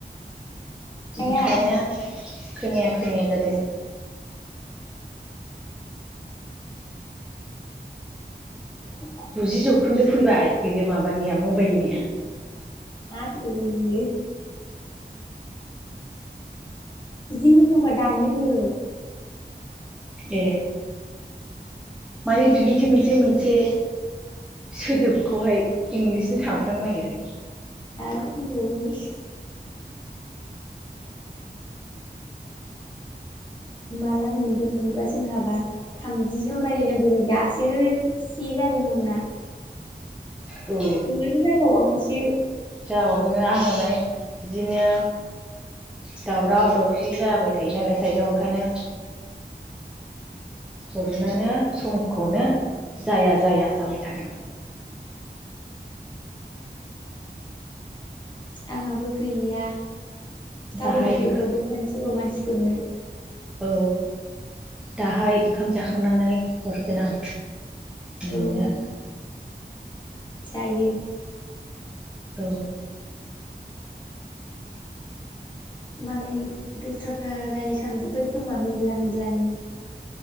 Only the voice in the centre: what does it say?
ओंखानो खोनाया खोनाया जादों।
गुजि जौखोन्दो फैबाय बेयो माबानिया मबाइलनिया
ए माने बिबायदि मोनसे मोनसे सोदोबखौहाय इंलिसनि थांफ्लांनो नागिरो।
औ।
जाबावैनो आङो माने बिदिनो दावराव दावसि जाबाय थायो नालाय साइदआव ओंखायनो हरनोनो समखौनो जाया जाया जाबाय थादों।
दाहाय ओंखाम
औ दाहाय ओंखाम जाखांनानै हरगोन आं नोंनो
औ